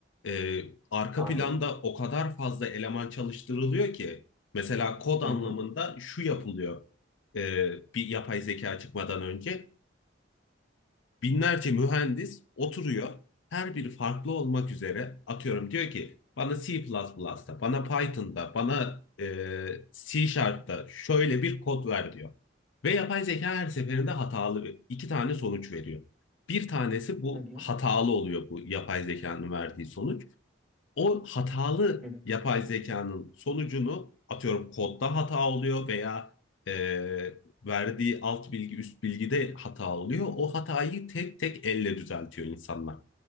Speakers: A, on the left; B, in the centre.
A: E, arka
B: Anladım.
A: planda o kadar fazla eleman çalıştırılıyor ki mesela kod anlamında
B: Hı hı.
A: şu yapılıyor e, bir yapay zeka çıkmadan önce. Binlerce mühendis oturuyor. Her biri farklı olmak üzere atıyorum diyor ki bana C++'da, bana Python'da, bana e, C Sharp'ta şöyle bir kod ver diyor. Ve yapay zeka her seferinde hatalı bir- iki tane sonuç veriyor. Bir tanesi bu
B: Hı hı.
A: hatalı oluyor bu yapay zekanın verdiği sonuç o hatalı
B: Hı
A: yapay zekanın sonucunu atıyorum kodda hata oluyor veya e, verdiği alt bilgi üst bilgide hata oluyor. O hatayı tek tek elle düzeltiyor insanlar.